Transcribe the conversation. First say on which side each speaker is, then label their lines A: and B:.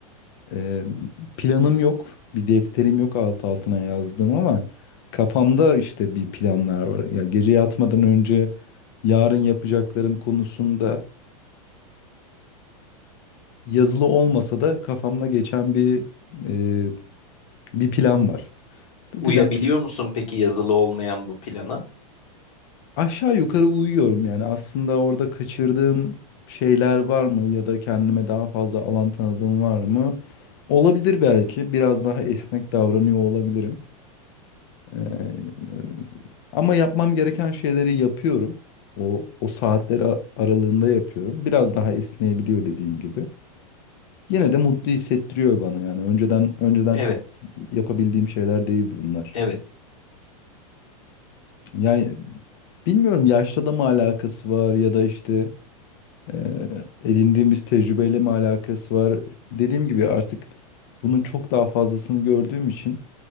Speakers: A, on the left (about 35°); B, on the left (about 60°).
A: e, planım yok. Bir defterim yok alt altına yazdığım ama kafamda işte bir planlar var. Ya gece yatmadan önce yarın yapacaklarım konusunda yazılı olmasa da kafamda geçen bir e, Bir plan var. Bir
B: Uyabiliyor
A: plan.
B: musun peki yazılı olmayan bu plana?
A: Aşağı yukarı uyuyorum yani. Aslında orada kaçırdığım şeyler var mı ya da kendime daha fazla alan tanıdığım var mı? Olabilir belki. Biraz daha esnek davranıyor olabilirim. Ee, ama yapmam gereken şeyleri yapıyorum. O o saatleri a- aralığında yapıyorum. Biraz daha esneyebiliyor dediğim gibi. Yine de mutlu hissettiriyor bana yani. Önceden önceden
B: Evet,
A: çok yapabildiğim şeyler değildi bunlar.
B: evet.
A: Yani Bilmiyorum yaşla da mı alakası var ya da işte e, edindiğimiz tecrübeyle mi alakası var? Dediğim gibi artık bunun çok daha fazlasını gördüğüm için